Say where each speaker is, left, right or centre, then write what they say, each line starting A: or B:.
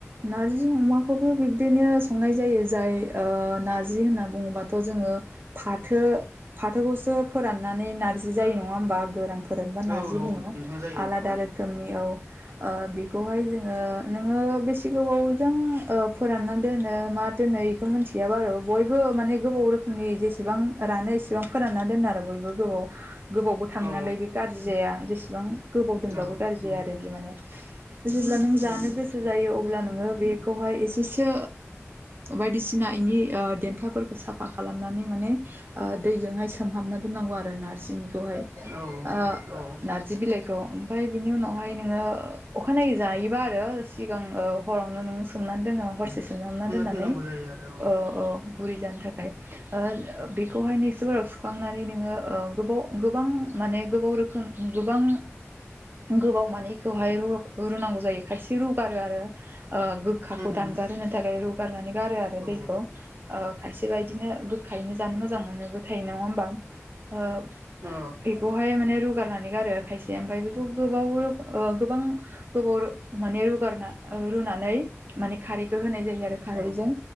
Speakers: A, on the right; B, on the right.
A: नार- जि अमाखौबो बिब- दिनो संनाय जायो जाय ओ नारजि होनना बुङोबाथ' जोङो। फाथो-फाथोखौसो फोराननानै नार्जि जायो नङा होमबा गोरान फोरानबा
B: औ
A: नारजि
B: औ
A: बुङो।
B: नोंथां जायो
A: आलादा
B: औ
A: रोखोमनि औ अ बेखौहाय जोङो। नोङो बेसे गोबावजों अ फोराननानै दोनो मा- दिनै बेखौ मिथियाबा आरो बयबो माने गोबाव रोखोमनि जे- बां रानो इसेबां फोरानना दोनो आरो बयबो गोबाव- गोबावबो थां
B: औ
A: नालाय बे गाज्रि जाया। जेसेबां गोबाव दोनबाबो
B: औ
A: गाज्रि आरो बि माने। जेब्ला नों जानो
B: उम
A: गोसो जायो अब्ला नोङो बेखौहाय एसे सो बायदिसिना इनि देन्थाफोरखौ साफा खालामनानै माने दैजोंहाय सोमहाबना दोननांगौ आरो नारजिनिखौहाय
B: औ
A: ओ
B: औ
A: नारजि बिलाइखौ। फाय बिनि उनावहाय नोङो अखानायै जायोबा आ आरो सिगां ओ हरावनो नों सोमनानै दोनो हरसे सो सोमना दोननानै
B: दोननांगौ
A: ओ
B: जायो आरो औ
A: ओ गुरै जानो थाखाय बेखौहाय नेख्स बाराव सुखांनानै नोङो ओ गोबाव गोबां माने गोबाव रोखोम गोबां। गोबाव मानेखौहाय रुनांगौ जायो खायसे रुगारो आरो। ओ गोखाखौ
B: उम
A: दानगार होनो थाखाय रुगारनानै गारो आरो
B: उम
A: दैखौ खायसे बायदिनो गोखायैनो। जानो मोजां मोनोबो थायो नंआ होमबा ओ
B: औ
A: बेखौहाय माने रुगा गारनानै गारो खायसे ओमफ्राय बेखौ गोबाव गोबां। गोबाव माने रुगारना ओ रुनानै माने खारैखौ होनाय जायो आरो खारैजों।